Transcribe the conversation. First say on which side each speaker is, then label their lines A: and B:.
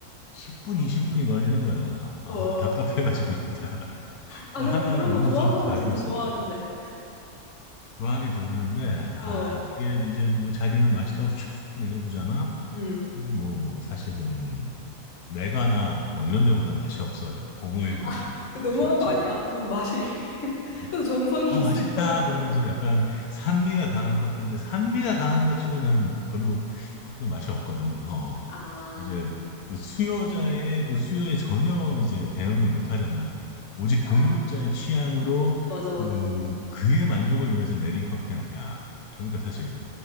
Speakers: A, on the left (about 85°); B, on the left (about 60°).
A: 10분, 20분이 걸리는 거야. 아,
B: 어.
A: 답답해가지고 진짜. <laughs>
B: 아,
A: 뭐
B: 근데
A: 하나하나
B: 그런
A: 원두서부터
B: 거 좋아하는 사람은
A: 갈고
B: 진짜
A: 있으니까.
B: 좋아하는데.
A: 좋아하긴 좋아하는데 아
B: 어.
A: 그게 이제 뭐 자기는 맛있다고 <laughs> 쭉 내려주잖아.
B: 음.
A: 근데 뭐 사실은 메가나 뭐 이런 데보다 맛이 없어요. 공5일보다
B: 아,
A: 맛이
B: 너무한
A: 없지.
B: 거 아니야? 너무 맛이. <laughs>
A: 어?
B: 그래도 정성이
A: 아
B: 있을
A: 맛있다
B: 텐데.
A: 그러면서 약간 산미가 강한 커피인데 산미가 강한 것 치고 난 별로 커피가 맛이 없거든. 어.
B: 아,
A: 이제 그 수요자의 그 수요에 전혀 이제 대응을 못 하잖아. 오직 공급자의
B: 아,
A: 취향으로
B: 맞아, 맞아.
A: 그 그의 만족을 위해서 내린 커피 아니야. 그러니까 사실